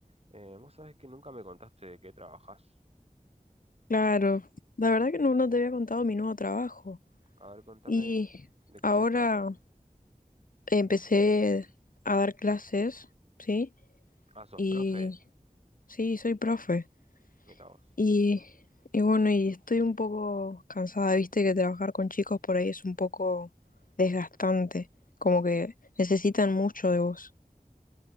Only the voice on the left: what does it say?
Claro, la verdad que no, no te había contado mi nuevo trabajo.
Y
ahora
empecé a dar clases, ¿sí?
Y
sí, soy profe.
Y, y bueno, y estoy un poco cansada, viste que trabajar con chicos por ahí es un poco desgastante, como que necesitan mucho de vos.